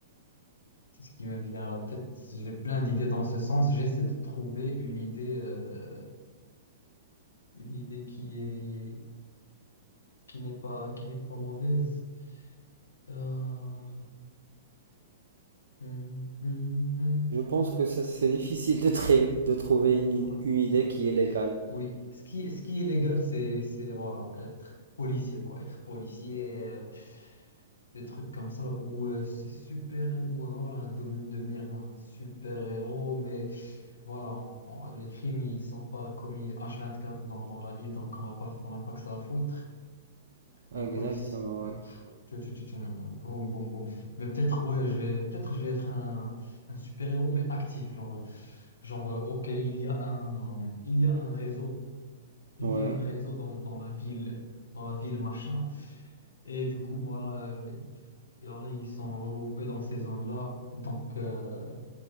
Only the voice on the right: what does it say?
Je pense
que c'est c'est difficile de, tré- de trouver
une,
id- une idée
qui est légale.
Exactement,
ouais.
Ouais,